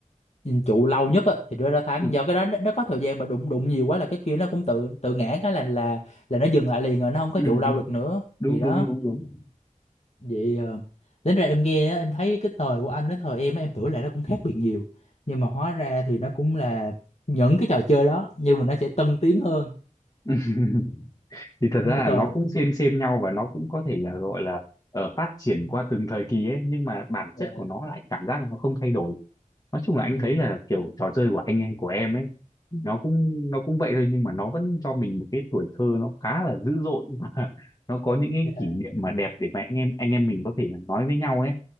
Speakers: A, on the left; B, on the left.
A: nhìn trụ lâu nhất á thì đưa ra thắng
B: Ừ.
A: do cái đó nó, nó có thời gian mà đụng đụng nhiều quá là cái kia nó cũng tự tự ngã cái là là là nó dừng lại liền rồi nó không có
B: Ừ.
A: trụ lâu được nữa
B: đúng
A: thì đó
B: đúng đúng đúng
A: vậy ờ, đến ra em nghe á, em thấy cái thời của anh với thời em á, em tưởng là nó cũng khác biệt nhiều nhưng mà hóa ra thì nó cũng là những cái trò chơi đó nhưng mà nó sẽ tân tiến hơn
B: ừ. <laughs> thì thật ra
A: như
B: là
A: thời
B: nó cũng xem xem nhau và nó cũng có thể là gọi là ờ, phát triển
A: Ừ,
B: qua từng thời kỳ ấy nhưng mà bản
A: dạ
B: chất của nó lại cảm giác là nó không thay đổi nói chung là anh
A: ừ,
B: thấy là kiểu trò chơi của anh ấy, của em ấy nó cũng nó cũng vậy thôi nhưng mà nó vẫn cho mình một cái tuổi thơ nó khá là dữ dội <laughs> và nó có những cái
A: dạ
B: kỷ niệm mà đẹp để mà anh em anh em mình có thể là nói với nhau ấy